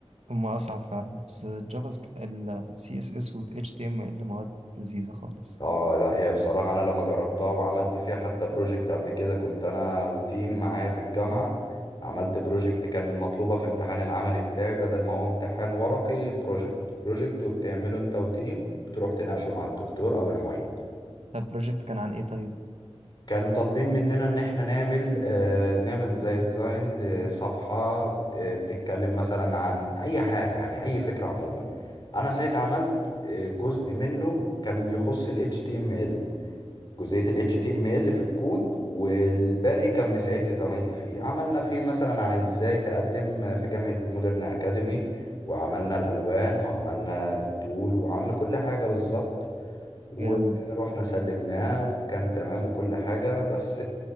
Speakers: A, on the right; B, on the left.
A: هما أصعب فعلا بس الجافا سكريبت ال CSS و HTML مواد لذيذة خالص
B: اه لا هي بصراحة انا لما جربتها وعملت فيها حتى بروجكت قبل كده كنت انا وتيم معايا في الجامعة عملت بروجكت كان مطلوبة في امتحان العملي بتاعي بدل ما هو امتحان ورقي بروجكت بروجكت وبتعمله انت وتيم وبتروح تناقشه مع الدكتور او المعيد
A: طب البروجكت كان عن إيه طيب؟
B: كان طالبين مننا ان احنا نعمل آه نعمل زي ديزاين لصفحة آه، بتتكلم مثلا عن اي حاجة يعني اي فكرة عموما انا ساعتها عملت آه، جزء منه كان يخص ال HTML جزئية ال HTML في الكود والباقي كان بيساعدني زمايلي فيه عملنا فيه مثلا عن ازاي تقدم في جامعة مودرن أكاديمي وعملنا الألوان وعملنا الطول وعملنا كل حاجة بالظبط ورحنا
A: جامد
B: سلمناه وكان تمام وكل حاجة بس